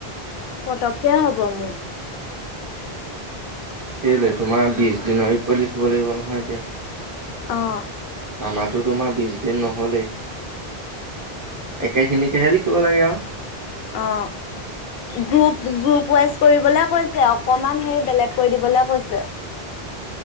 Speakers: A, on the left; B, on the right.
A: পতককে হব মোৰ
B: কেলৈ তোমাৰ বিশ দিনৰ ৰিপৰ্ট লিখিব লাগিব নহয় এতিয়া।
A: অ
B: আমাৰটো তোমাৰ বিশ দিন নহ'লেই। একেখিনিকেহে লিখিব লাগে আৰু।
A: অ গ্ৰুপ গ্ৰুপ ৱাইজ কৰিবলে কৈছে অকণমান হেৰি বেলেগ কৈ দিব। বলে কৈছে।